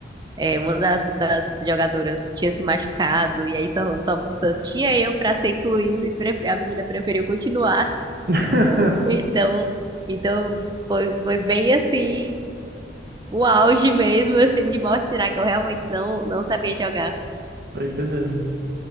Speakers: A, on the right; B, on the right.
A: é, uma das, das jogadoras tinha se machucado e aí só, só, só tinha eu pra ser incluído e prefe- a menina preferiu continuar. <laughs>
B: <laughs>
A: Então, então foi, foi bem assim o auge mesmo <laughs> de mostrar que eu realmente não, não sabia jogar.
B: Tô entendendo.